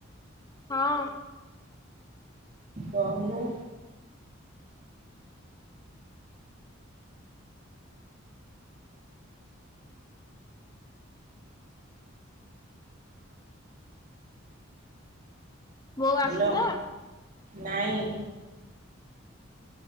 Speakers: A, on the left (about 20°); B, on the right (about 40°).
A: ହଁ।
B: କହୁନୁ।
A: ବୋଉ
B: ହ୍ୟାଲୋ
A: ଆସିଲା?
B: ନାଇଁ।